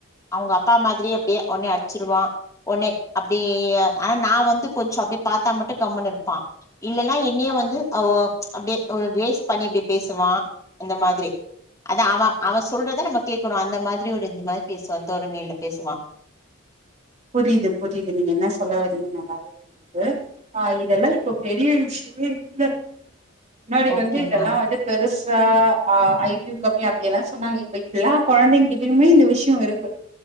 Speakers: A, on the left; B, on the right.
A: அவங்க அப்பா மாதிரியே அப்படியே ஒடனே அடிச்சிடுவா ஒடனே அப்டி ஆனா நா வந்து கொஞ்சோ அப்டியே பாத்தா மட்டு கம்முனு இருப்பா இல்லன்னா என்னையே வந்து அவ அப்டியே ரேஸ் பண்ணி இப்டி பேசுவா அந்த மாதிரி அதா அவ அவ சொல்றத நம்ம கேக்கணு அந்த மாதிரி ஒரு இந்த மாதிரி பேசுவா தோரணைல பேசுவா
B: புரியுது புரியுது நீங்க என்ன சொல்ல வரீங்கன்னு நல்லாவே து ஆ இதெல்லா இப்ப பெரிய விஷயமே இல்ல முன்னாடி
A: ஓகே
B: வந்து இதெல்லா
A: மேம்
B: வந்து பெருசா ஆ ஐ க்யூ கம்மி அப்டி எல்லா சொன்னாங்க இப்ப எல்லா கொழந்தைங்கிட்டயுமே இந்த விஷயோ இருக்கு